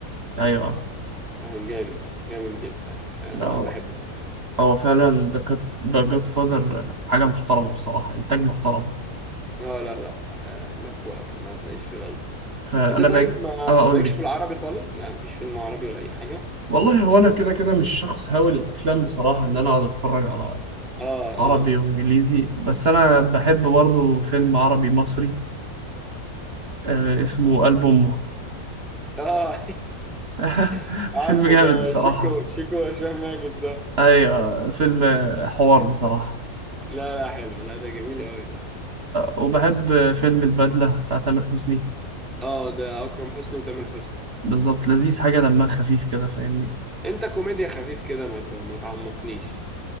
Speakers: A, on the right (about 45°); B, in the centre.
A: أيوه
B: جامد جامد جدا يعني
A: لا هو
B: انا بحبه أوي.
A: هو فعلا ده جاد فاذر حاجة محترمة بصراحة إنتاج محترم
B: لا لا لا آه، جبار ما تلاقيش فيه غلطة
A: فانا
B: انت طيب
A: بقى
B: ما
A: اه اقول
B: مالكش
A: لي
B: في العربي خالص يعني مفيش فيلم عربي ولا اي حاجة
A: والله هو انا كده كده مش شخص هاوي الافلام بصراحه ان انا اقعد اتفرج على
B: اه
A: عربي
B: اه
A: وانجليزي بس انا بحب برضه فيلم عربي مصري آه اسمه قلب امه
B: اه
A: <laughs>
B: <laughs> عارفه
A: فيلم جامد
B: ده
A: بصراحه
B: شيكو شيكو هشام ماجد ده
A: ايوه فيلم حوار بصراحه
B: لا لا حلو لا ده جميل قوي ده
A: وبحب فيلم البدله بتاع تامر حسني
B: اه ده اكرم حسني وتامر حسني
A: بالظبط لذيذ حاجه دمها خفيف كده فاهمني
B: انت كوميديا خفيف كده ما ت- ما تعمقنيش